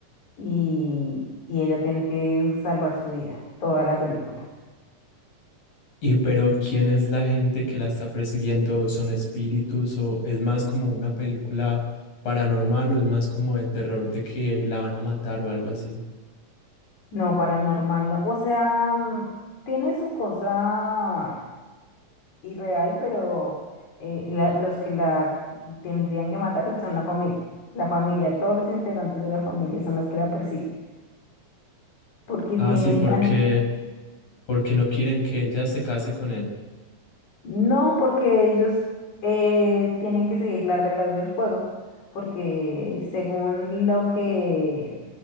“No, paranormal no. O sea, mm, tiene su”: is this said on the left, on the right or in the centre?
Left